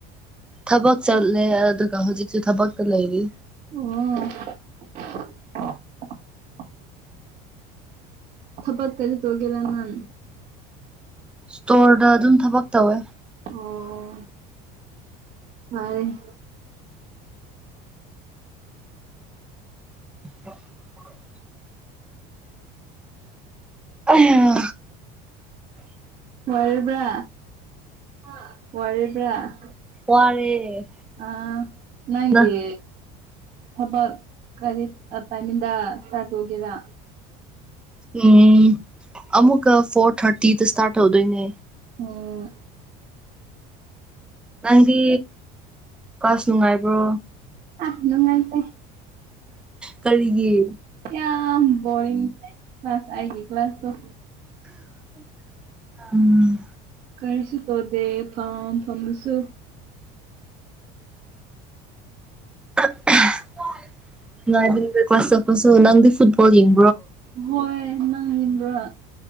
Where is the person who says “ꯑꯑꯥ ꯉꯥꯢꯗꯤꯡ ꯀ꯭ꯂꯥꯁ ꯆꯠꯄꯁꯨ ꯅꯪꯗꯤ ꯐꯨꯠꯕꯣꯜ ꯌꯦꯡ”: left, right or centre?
Centre